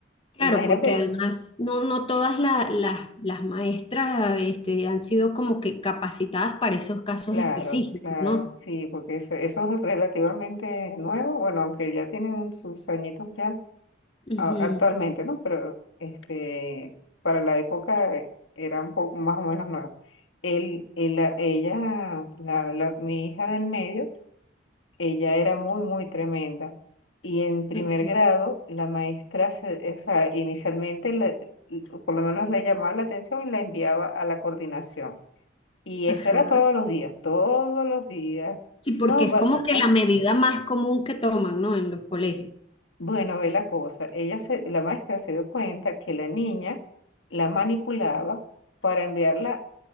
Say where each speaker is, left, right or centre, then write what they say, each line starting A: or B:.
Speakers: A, on the left; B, on the left.
A: Claro,
B: Imagínate.
A: porque además no, no todas la- las, las maestras este, han sido como que capacitadas para esos casos
B: Claro,
A: específicos,
B: claro,
A: ¿no?
B: sí, porque eso, eso es relativamente nuevo, bueno, aunque ya tienen un- sus añitos ya
A: Ujú,
B: a- actualmente, ¿no? Pero este, para la época eh, era un poco más o menos nuevo. Él, él- la- ella, la, la- mi hija del medio, ella era muy, muy tremenda. Y en primer
A: ok,
B: grado, la maestra, se- o sea, inicialmente, le- por lo menos le llamaba la atención y la enviaba a la coordinación y
A: Ajá.
B: eso era todos los días, todos los días.
A: Sí, porque
B: No,
A: es
B: va-
A: como que
B: ah,
A: la medida más común que toman, ¿no? En los colegios.
B: bueno, ve la cosa. Ella se, la maestra se dio cuenta que la niña la manipulaba para enviarla